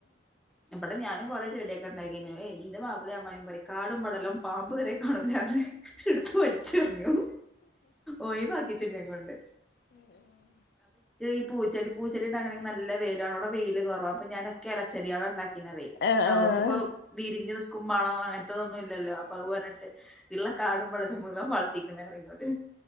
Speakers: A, in the centre; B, on the left.
A: പിന്നെ ഇവടെ ഞാനും കുറെേ ചെടിയൊക്കെ ഉണ്ടാക്കീന്നു. ഏയ് ഇന്റെ മാപ്പളീം അമ്മായിമമീം പറയും കാടും പടലും പാമ്പ് വരെ കാണുംന്ന് പറഞ്ഞ് ഇടുത്ത് വലിച്ചെറിഞ്ഞു. ഒയിവാക്കി ച്ചു ന്നെക്കൊണ്ട്
B: ഉം ഉം
A: ഈ പൂച്ചെടി പൂച്ചെടി ഉണ്ടാക്കണെങ്കി നല്ല വെയില് വേണം. അവിടെ വെയില് കുറവാ. അപ്പൊ ഞാനൊക്കെ ഇല ചെടികള ഇണ്ടാക്കി ണ്ടാക്കീന്നതെയ്
B: ആ
A: അതുകൊണ്ടിപ്പോ
B: ആ
A: വിരിഞ്ഞു നിൽക്കും മണോം അങ്ങനത്തതൊന്നുല്ല ല്ലോ അപ്പൊ അത് പറഞ്ഞിട്ട് ഇള്ള കാടും പടലും മുഴുവൻ വളർത്തിക്കണ് മ്പടല്ല മു വളർത്തീക്ക്ണ് പറയും ഇന്നോട്